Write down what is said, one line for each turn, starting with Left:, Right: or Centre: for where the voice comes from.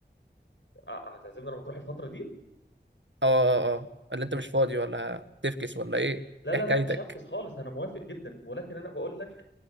Left: أه هتعزمني انا مطروح الفتره دي
Right: اه اه اه ولا انت مش فاضي ولا تفكس ولا ايه
Left: لا لا
Right: ايه حكايتك
Left: لا مش هفكس خالص انا موافق جدا ولكن انا بقول لك